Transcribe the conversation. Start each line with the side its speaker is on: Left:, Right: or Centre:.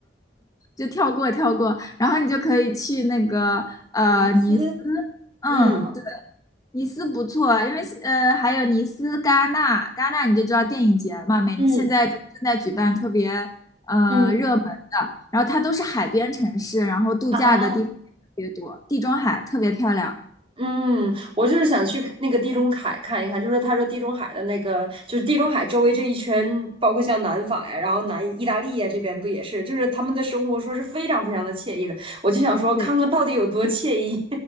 Left: 就跳过跳过，然后你就可以去那个呃尼斯，
Right: 斯
Left: 嗯，
Right: 嗯
Left: 对尼斯不错，因为呃还有尼斯、戛纳，戛纳你就知道电影节嘛，每现在就正在举办特别
Right: 嗯
Left: 呃热门的，
Right: 嗯
Left: 然后它都是海边城市，然后度假的地方也特别多，
Right: 啊，
Left: 地中海特别漂亮。
Right: 嗯，我就是想去那个地中海看一看，就是他说地中海的那个，就是地中海周围这一圈，包括像南法呀，然后南意大利呀这边不也是，就是他们的生活说是非常非常的惬意的，我就想说看看到底有多惬意。
Left: 对